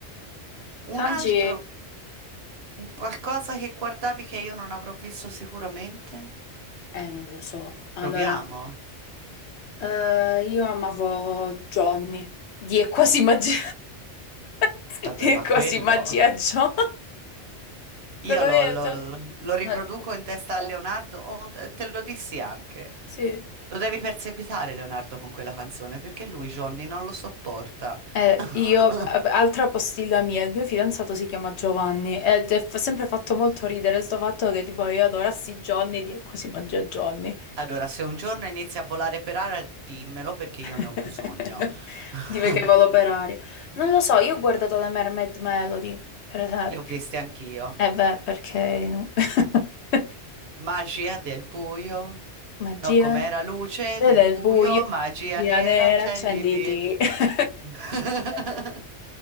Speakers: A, on the left; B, on the right.
A: Sanji...
B: un altro, un qualcosa che guardavi che io non avrò visto sicuramente?
A: Eh, non lo so. Allora,
B: Proviamo.
A: eh, io amavo Johnny. Di è quasi magia. <laughs>
B: Vabbè,
A: Di è
B: ma
A: quasi
B: quello.
A: magia Johnny. <laughs>
B: Io
A: Lo conosci?
B: lo, lo- lo riproduco
A: Eh,
B: in testa a Leonardo, oh, te te lo dissi anche.
A: Sì.
B: Lo devi perseguitare Leonardo con quella canzone perché lui Johnny non lo sopporta.
A: Eh,
B: <laughs>
A: io, eh, altra postilla mia, il mio fidanzato si chiama Giovanni ed è f- sempre fatto molto ridere sto fatto che tipo io adorassi Johnny, di è quasi magia Johnny.
B: Allora, se un giorno inizi a volare per aria, dimmelo perché
A: <laughs>
B: io ne ho bisogno. <laughs>
A: Dime che volo per aria. Non lo so, io ho guardato le Mermaid Melody, per esempio.
B: Le ho viste anch'io.
A: Eh beh, perché... no? <laughs>
B: Magia del buio.
A: Magia
B: No, com'era luce
A: eh?
B: del
A: del
B: buio,
A: buio,
B: magia
A: magia
B: nera,
A: nera,
B: accenditi.
A: accenditi. <laughs>
B: <laughs>